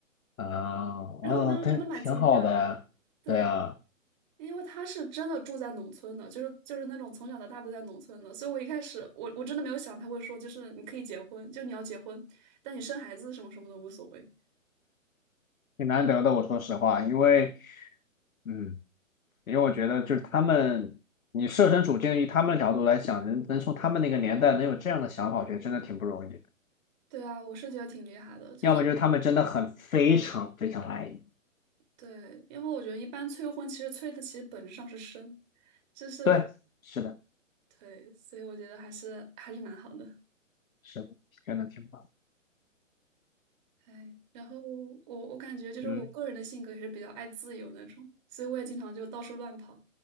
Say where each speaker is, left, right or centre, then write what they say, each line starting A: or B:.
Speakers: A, on the left; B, on the right.
A: 啊！
B: 然后我当时真的蛮惊讶的，
A: 哦，对，挺好的，
B: 对，
A: 对啊，
B: 因为他是真的住在农村的，就是就是那种从小到大都在农村的，所以我一开始我我真的没有想他会说，就是你可以结婚，就你要结婚，但你生孩子什么什么的无所谓。
A: 挺难得的。我说实话，因为嗯，因为我觉得就是他们，你设身处境以他们的角度来讲，能能从他们那个年代能有这样的想法，我觉得真的挺不容易的。
B: 对啊，我是觉得挺厉害的，就是
A: 要么就是他们真的很非常非常爱你，
B: 对，因为我觉得一般催婚其实催的其实本质上是生，就是
A: 对，是的，
B: 对，所以我觉得还是还是蛮好的。
A: 是的，真的挺棒。
B: 哎，然后我我感觉就是我个人的性格也是比较爱自由那种，
A: 嗯，
B: 所以我也经常就到处乱跑。